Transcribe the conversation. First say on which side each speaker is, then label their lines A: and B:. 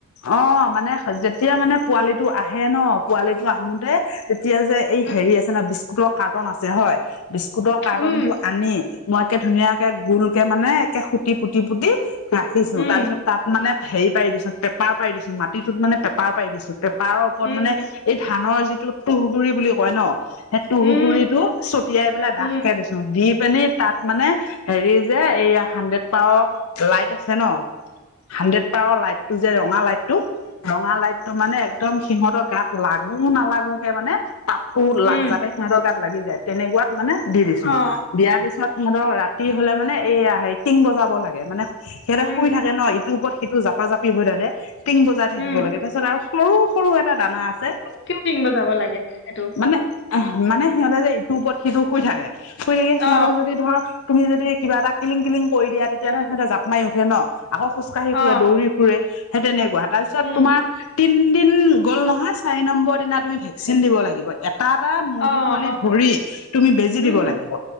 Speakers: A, on the left (about 85°); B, on the left (about 55°).
A: অ মানে যেতিয়া মানে পোৱালিটো আহে ন, পোৱালিটো আহোতে, তেতিয়া যে এই
B: উম
A: হেৰি আছে নহয়, বিস্কুটৰ কাৰ্টন আছে হয়। বিস্কুটৰ কাৰ্টনটো
B: উম
A: আনি মই একে ধুনীয়াকে গোলকে মানে একে সুতি, পুতি -পুতি, ৰাখিছো
B: উম
A: তাৰ পিছত তাত মানে হেৰি পাৰি দিছো, পেপাৰ পাৰি দিছো। মাটিটোত মানে পেপাৰ পাৰি দিছো পেপাৰৰ ওপৰত
B: উম
A: মানে
B: উম
A: এই ধানৰ যিটো তুহগুৰি বুলি কয় ন, সেই টুংগুৰিতটো
B: উম
A: ছটিয়াই পেলাই
B: উম
A: ডাঠকে দিছো। দি পিনি, তাত মানে হেৰি যে এইয়া হাড্ৰেড পাৱাৰ লাইট আছে ন, হাড্ৰেড পাৱাৰৰ লাইট টো যে ৰঙা লাইটটো, ৰঙা লাইটটো মানে একদম সিহঁতৰ গাত লাগো নালাগো কে মানে তাপ, তোৰ
B: উম
A: লাগ যাতে সিহঁতৰ গাত লাগি যায়, তেনেকুৱাত মানে দি দিছো।
B: অ
A: দিয়াৰ পিছত সিহঁতক ৰাতি হলে মানে, এইয়া সে টিং বজাব লাগে মানে সিহঁতে
B: উম
A: শুই থাকে। ন ইটোৰ ওপৰত সিটো জাপা জাপি হৈ থাকে। টিং বজাই থাকিব
B: উম
A: লাগে। তাৰপিছত আৰু সৰু সৰু এটা দানা আছে।
B: কিয় টিং বজাব লাগে সেইটো
A: মানে, এ মানে সিহঁতে যে ইটোৰ ওপৰত সিটো শুই থাকে, শুই থাকে
B: অ
A: সিহঁতক যদি ধৰ, তুমি যদি কিবা এটা কিলং কিলং কৰি দিয়া তেতিয়াহ'লে সিহঁতে যতনাই উঠে ন আকৌ খোজকাঢ়
B: অ
A: ফুৰে দৌৰি, ফুৰে। সেই তেনেকুৱা তাৰপিছত
B: উম
A: তোমাৰ তিনিদিন গ'ল নহয়, চাৰি নম্বৰ দিনা তুমি ভেকচিন দিব লাগিব। এটা এটা মুৰ্গী
B: অ
A: পোৱালি
B: অ
A: ধৰি তুমি বেজি
B: উম
A: দিব লাগিব।